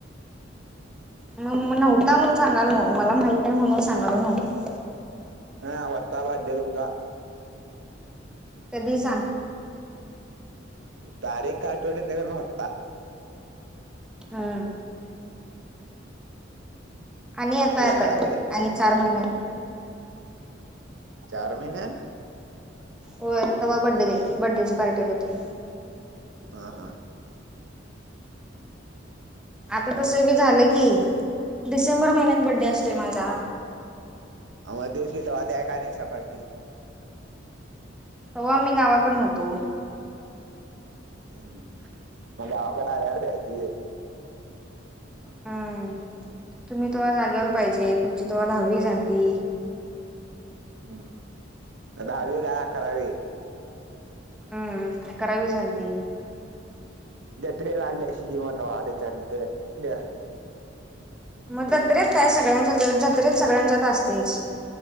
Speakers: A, in the centre; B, on the right (about 70°).
A: मग नव्हता म्हणून सांगालय नव्ह मला माहितय म्हणून सांगालो नव्हता
B: हा वता बडे तुमचा
A: कधी सांग
B: तारीख काय आठवत नाही खर होता
A: हम्म आणि येता
B: स्टोर्या
A: येतय
B: लावले
A: आणि चार महिने
B: चार महिन्या
A: होर तेव्हा बड्डे देत बड्डेची पार्टी देतो
B: हा हा
A: आता तस बी झालं की डिसेंबर महिन्यात बड्डे असतोय माझा
B: आमला तेचकि तवा द्यायला नाहिसा पार्टि आहे काय नाही स पार्टी
A: तेव्हा आम्ही गावाकडन नव्हतो
B: हम्म मग गावाकडे आल्यार द्यायची
A: हम् तुम्ही तेवा जागेवर पाहिजे तुमची ते्हा दहावी झालती
B: हम्म दहावी काय करावी.
A: हम्म करावी झाल ती.
B: दत्रेला आल्याशी किंमत वा त्याच्यानंतर <unintelligible>
A: मग जत्रेत काय सगळ्यांच्या जत्रेत सगळ्यांच्यात असतेच